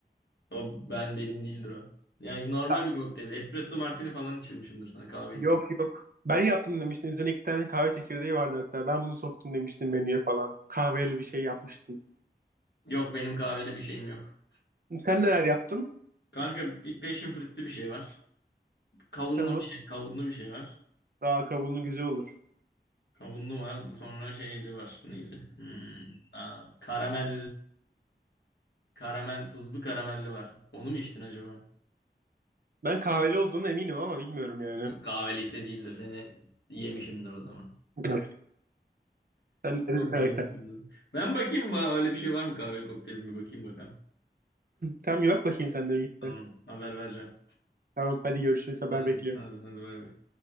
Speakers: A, on the left; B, on the right.
A: O ben benim değildir o. Yani normal
B: Kanka.
A: bir kokteyl. Espresso martini falan içirmişimdir sana kahveli.
B: Yok yok. Ben yaptım demiştin. Üzerine iki tane kahve çekirdeği vardı hatta. Ben bunu soktum demiştin menüye falan. Kahveli bir şey yapmıştın.
A: Yok benim kahveli bir şeyim yok.
B: Sen neler yaptın?
A: Kanka bir passion fruit'lü bir şey var. Kavunlu
B: Tamam.
A: bir şey, kavunlu bir şey var.
B: Aa kabuğunun güzel olur.
A: Kavunlu var. Sonra şeyli var. Neyli? Hmm, aa, karamel karamel tuzlu karamelli var. Onu mu içtin acaba?
B: Ben kahveli olduğuna eminim ama bilmiyorum yani.
A: Yok kahveliyse değildir. Seni yemişimdir o zaman.
B: <laughs> Sen de
A: Kokladım
B: bir karakter.
A: şimdi. Ben bakayım ba- öyle bir şey var mı kahveli kokteyl mi bakayım bakalım.
B: Tamam bir bak bakayım sen de bir
A: Tamam haber vereceğim.
B: Tamam hadi görüşürüz haber
A: Hadi
B: bekliyorum.
A: hadi, hadi bay bay.